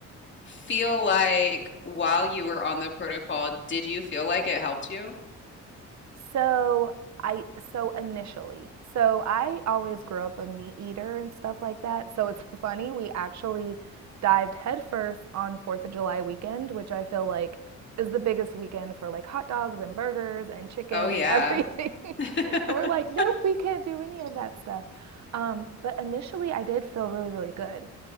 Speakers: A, on the left; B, on the right.
A: feel like while you were on the protocol, did you feel like it helped you?
B: So I so initially. So I always grew up a meat eater and stuff like that. So it's <laughs> funny we actually dived headfirst on 4th of July weekend, which I feel like is the biggest weekend for like hot dogs and burgers and chicken
A: Oh yeah.
B: and everything. <laughs> and
A: <laughs>
B: we're like, nope, we can't do any of that stuff. Um, but initially, I did feel really, really good.